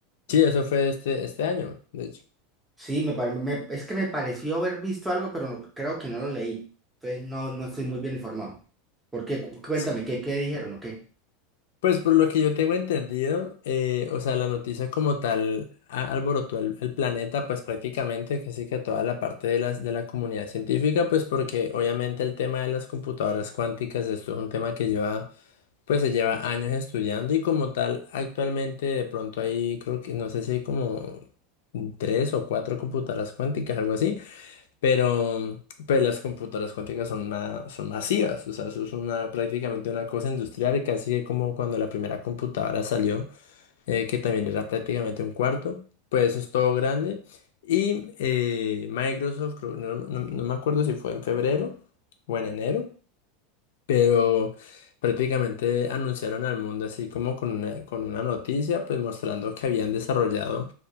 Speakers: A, on the left; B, in the centre.
A: Sí, eso fue este, este año, de hecho.
B: Sí, me, pare- me- es que me pareció haber visto algo, pero no- creo que no lo leí. Entonces no, no estoy muy bien informado. ¿Por qué? Cu- Cuéntame,
A: Sí.
B: ¿qué, qué dijeron o qué?
A: Pues por lo que yo tengo entendido, eh, o sea, la noticia como tal a- alborotó el, el planeta, pues prácticamente casi que a toda la parte de las, de la comunidad científica, pues porque obviamente el tema de las computadoras cuánticas, esto es un tema que lleva Pues se lleva años estudiando y como tal, actualmente de pronto hay, creo que, no sé si hay como tres o cuatro computadoras cuánticas, algo así, pero pues las computadoras cuánticas son, una- son masivas, o sea, eso es una, prácticamente una cosa industrial, casi que como cuando la primera computadora salió, eh, que también era prácticamente un cuarto, pues eso es todo grande. Y eh, Microsoft, creo- no no- no me acuerdo si fue en febrero o en enero pero prácticamente anunciaron al mundo así como con una, con una noticia, pues mostrando que habían desarrollado